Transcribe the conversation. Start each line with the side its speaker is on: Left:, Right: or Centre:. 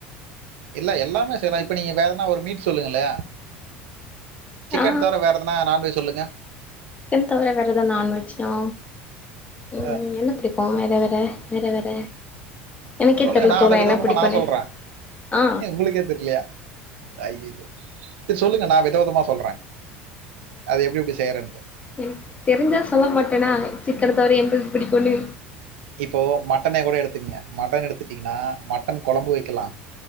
Right: இல்ல எல்லாமே செய்யலா இப்ப நீங்க வேற எதனா ஒரு மீட் சொல்லுங்களே சிக்கன்
Left: ஆ
Right: தவர வேற எதனா நான்வெஜ் சொல்லுங்க
Left: க்கன் தவர வேற எத நான்வெஜ்னா ம்
Right: ஆ
Left: என்ன புடிக்கும் வேற வேற வேற வேற எனக்கே
Right: சொல்லுங்க
Left: தெர்ல
Right: நா
Left: தோழா
Right: அத விதவிதமா
Left: என்ன பிடிக்குன்னு
Right: நா சொல்ற
Left: ஆ
Right: உங்களுக்கே தெரிலயா ஐயையோ செரி சொல்லுங்க நா விதவிதமாக சொல்ற அது எப்டி எப்டி செய்றன்ட்டு
Left: ம் தெரிஞ்சா சொல்ல மாட்டனா சிக்கன தவர எம்பது புடிக்குனு
Right: இப்போ மட்டனே கூட எடுத்துக்கங்க மட்டன் எடுத்துட்டீங்கனா மட்டன் கொழம்பு வக்கலா